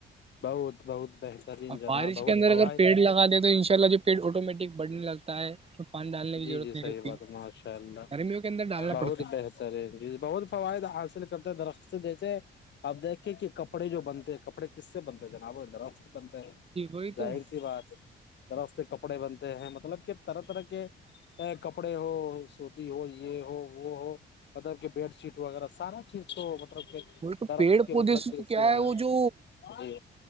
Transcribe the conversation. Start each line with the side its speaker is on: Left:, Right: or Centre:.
Left: بہت بہت بہترین
Right: اور
Left: جناب
Right: بارش
Left: بہت
Right: کے اندر
Left: فوائد
Right: اگر پیڑ لگا دیں تو ان شاء اللہ جو پھر آٹومیٹک بڑھنے لگتا ہے میں پانی ڈالنے کی
Left: جی
Right: ضرورت
Left: جی
Right: نہیں
Left: صحیح
Right: رہتی
Left: بات ماشاء اللہ
Right: گرمیوں کے اندر ڈالنا
Left: بہت
Right: پڑتا
Left: بہتر سر بہت فوائد حاصل کرتا د رخت جیسے آپ دیکھے کہ کپڑے جو بنتے ہیں کپڑے کس سے بنتے ہیں جناب درخت بنتا ہے
Right: وہی تو
Left: ظاہر سی بات ہے طرف سے کپڑے بنتے ہیں مطلب کہ طرح طرح کے ا کپڑے ہو سوتی ہو یہ ہو وہ ہو مطلب کہ بیڈ شیٹ وغیرہ سارا چیز تو مطلب
Right: وہ تو
Left: درخت
Right: پیڑ
Left: کے
Right: پودے
Left: مطلب
Right: تو کیا
Left: سے
Right: ہے
Left: آیا
Right: وہ جو
Left: جی